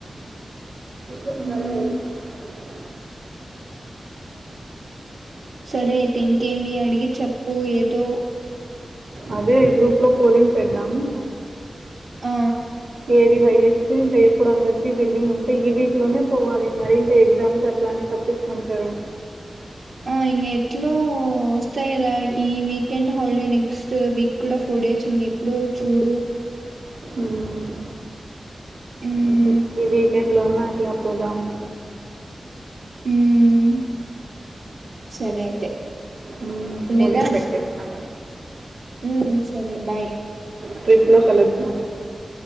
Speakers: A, on the right; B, on the right.
A: <unintelligible>
B: మ్మ్ సరే అయితే ఇంకేమి అడిగి చెప్పు ఏదో
A: అదే గ్రూప్ లో పోలింగ్ పెడదామూ
B: ఆ
A: ఏది హైయెస్ట్ ఇంకా ఎప్పుడు అందరికీ విల్లింగ్ ఉంటే ఈ వీక్ లోనే పోవాలి. మరి ఇంకా ఎగ్జామ్స్ అట్లా అని తప్పించుకుంటారు.
B: ఆ ఇంగ ఎట్లో వస్తాయి కదా ఈ వీకెండ్ హాలిడే నెక్స్ట్ వీక్ కూడా ఫోర్ డేస్ ఉంది. ఇప్పుడు చూడు.
A: ఉమ్.
B: ఉమ్.
A: ఓకే. ఈ వీకెండ్లోన అట్లా పోదాము.
B: ఉమ్ సరే అయితే.
A: ఉమ్
B: ఉండేదా
A: పోలింగ్ పెట్టేస్త.
B: మ్మ్ సరే బాయ్
A: ట్రిప్ లో కలుద్దాం.